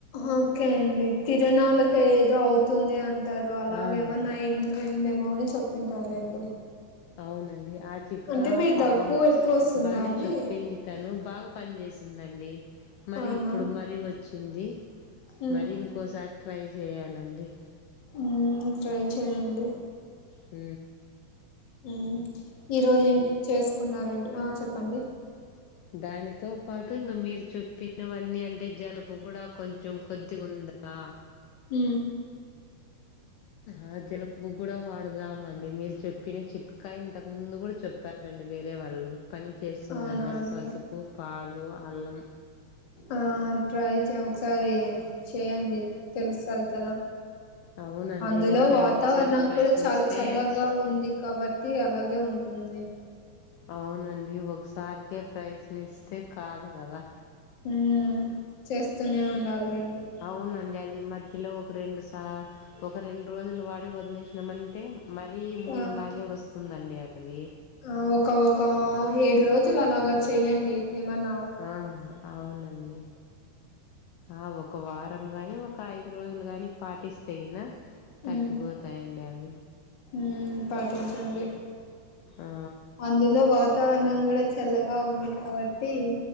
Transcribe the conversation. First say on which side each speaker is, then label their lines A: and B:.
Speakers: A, on the left (about 60°); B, on the left (about 85°).
A: ఓకే అండి తిరణాలకేదో అవుతుంది అంటారు అలాగేమన్నా
B: ఆహా,
A: అయింద్ అయిందేమో అని చెప్పింటారులేండి
B: అవునండి ఆ చిట్కా
A: అంటే మీ
B: పాపం
A: దగ్గు ఎక్కువ వస్తుందా
B: బానే
A: అండి
B: చోప్పింది తను బాగా పనిచేసిందండి మరి
A: అవునా
B: ఇప్పుడు మరి ఒచ్చింది
A: ఉమ్,
B: మరి ఇంకోసారి ట్రై చేయాలండి
A: మ్ ట్రై చేయండి
B: మ్
A: ఉమ్ ఈరోజ ఏం చేసుకున్నారండి ఆ చెప్పండి
B: దానితో పాటు ఇంగ మీరు చెప్పినవన్నీ అంటే జలుబు గూడ కొంచెం కొద్దిగుంద ఆ
A: హు
B: ఆ జలుబుగ్గూడ వాడద్ దామండి మీరు చెప్పిన చిట్క ఇంతకు ముందు గూడ చెప్పారండి వేరే వాళ్ళు పని చేస్తుందన్నరు
A: అవునా అండి
B: పసుపు, పాలు, అల్లం
A: ఆ ట్రై చే ఒకసారి చేయండి తెలుస్తది కదా
B: అవునండి
A: అందులో
B: ఒక రెండు
A: వాతావరణం
B: మూడు సార్లు ప్రయత్నిస్తే
A: కూడ చాలా చల్లగా ఉంది కాబట్టి అలాగే ఉంటుంది
B: అవునండి ఒకసారికే ప్రైజ్ లిస్తే కాదు కదా
A: ఊమ్ చేస్తూనే ఉండాలేండి
B: అవునండి అది మధ్యలోక్ రెండు సా ఒక రెండు రోజులు వాడి వదిలేసినమంటే మరీ ముందులాగే
A: ఆ
B: వస్ స్తుందండి అవి
A: ఆ ఒక ఒకా ఏడు రోజులు అలాగ చెయ్యండి ఏమన్న
B: ఆహ్ అవునండి ఆ ఒక వారం గనీ ఒక ఐదు రోజులు గనీ పాటిస్తేగినా తగ్గిపోతాయండి
A: ఉమ్
B: అవి
A: ఉమ్ పాటించండి
B: ఆ!
A: అందులో వాతావరణం గుడ చ్ చల్లగా ఉంది కాబట్టి